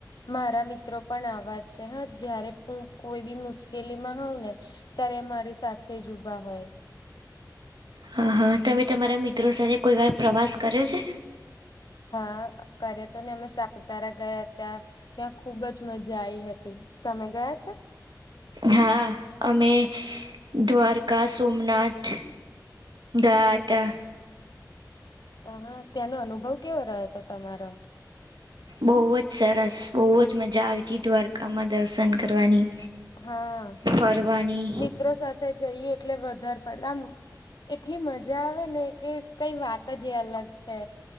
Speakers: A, on the left; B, on the right.
A: મારા મિત્રો પણ આવાજ છે હા જયારે હું કોઈ બી મુશ્કેલી માં હઉ ને ત્યારે મારી સાથે જ ઉભા હોય.
B: હ હા તમે તમારા મિત્રો સાથે કોઈ વાર પ્રવાસ કર્યો છે.
A: હા કરે તો ને અમે સાપુતારા ગયા હતા. ત્યાં ખુબ જ મજા આઈ હતી તમે ગયા ત.
B: હા અમે દ્વારકા સોમનાથ ગયા તા.
A: હ હા ત્યાંનો અનુભવ કેવો રહેતો હતો તમારો.
B: બહુ જ સરસ બહુ જ મજા આવી હતી દ્વારકામાં દર્શન કરવાની.
A: હા
B: ફરવાની
A: મિત્રો સાથે જઈએ એટલે વધારે <unintelligible> એટલી મજા આવે ને કે કઈ વાત જ એ અલગ છે.